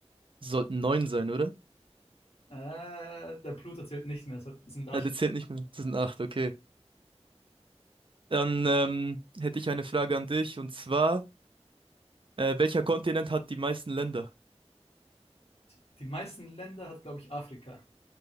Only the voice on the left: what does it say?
Äh, der Pluto zählt nicht mehr, es sind acht.
Die meisten Länder hat, glaube ich, Afrika.